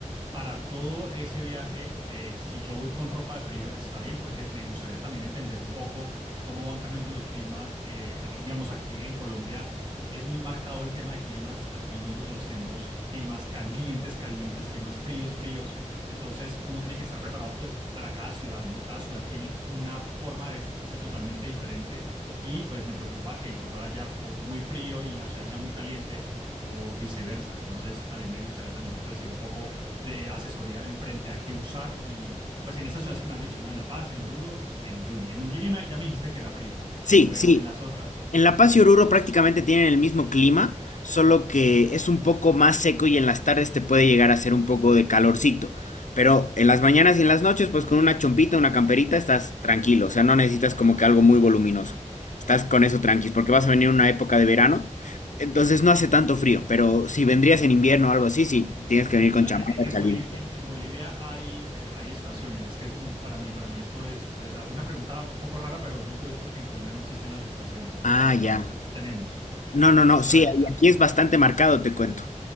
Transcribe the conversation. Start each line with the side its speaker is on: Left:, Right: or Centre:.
Right: para todo ese viaje, eh, si yo voy con ropa de frío, está bien, porque me gustaría también entender un poco cómo van cambiando los climas. eh, ah, digamos, aquí en Colombia es muy marcado el tema de climas. Aquí nosotros tenemos climas calientes, calientes, climas fríos, fríos. Entonces, uno tiene que estar preparado, pues, para cada ciudad, ¿no? Cada ciudad tiene una forma de vestirse totalmente diferente y pues me preocupa que yo vaya o muy frío y la ciudad sea muy caliente o viceversa. Entonces también me gustaría también recibir un poco de asesoría en frente a qué usar y pues en estas ciudades que me has dicho, ¿no? En La Paz, en Oruro y en Uyuni. En Uyuni me- ya me dijiste que era frío,
Left: Sí,
Right: pero
Left: sí,
Right: en las otras,
Left: En La Paz y Oruro prácticamente tienen el mismo clima, solo que es un poco más seco y en las tardes te puede llegar a hacer un poco de calorcito. Pero en las mañanas y en las noches, pues con una chompita, una camperita, estás tranquilo. O sea, no necesitas como que algo muy voluminoso. Estás con eso tranquis, porque vas a venir una época de verano, entonces no hace tanto frío. Pero si vendrías en invierno o algo así, sí, tienes que venir
Right: o
Left: con
Right: sea,
Left: chamarra
Right: a- en,
Left: caliente.
Right: Boli- en, en Bolivia hay, eh, hay estaciones. Es que es muy, cu- para mí, para mí esto es, es una pregunta un poco rara, pero es muy curioso porque en Colombia no existen las estaciones.
Left: Ah,
Right: O
Left: ya.
Right: sea, nosotros no tenemos,
Left: No, no, no,
Right: pero
Left: sí,
Right: allá,
Left: ahí-
Right: a-
Left: aquí es bastante marcado, te cuento.